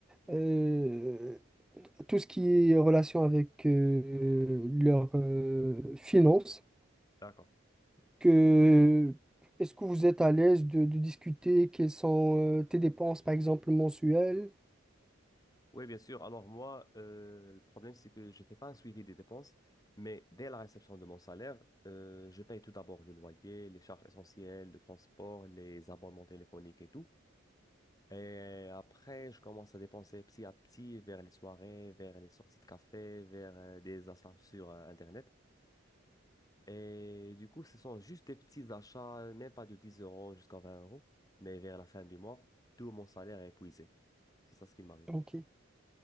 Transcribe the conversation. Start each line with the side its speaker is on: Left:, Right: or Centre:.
Centre: euh, tout ce qui est en relation avec euh, leurs euh, finances.
Left: d'accord.
Centre: Que, est-ce que vous êtes à l'aise de, de discuter quelles sont euh, tes dépenses, par exemple, mensuelles?
Left: Oui, bien sûr. Alors moi, euh, le problème, c'est que je ne fais pas un suivi des dépenses, mais dès la réception de mon salaire, euh, je paye tout d'abord le loyer, les charges essentielles, le transport, les abonnements téléphoniques et tout. Et après, je commence à dépenser petit à petit vers les soirées, vers les sorties de café, vers euh, des achats sur euh, Internet. Et du coup, ce sont juste des petits achats, même pas de 10 euros jusqu'à 20 euros, mais vers la fin du mois, tout mon salaire est épuisé. C'est ça ce qui m'arrive.
Centre: Ok.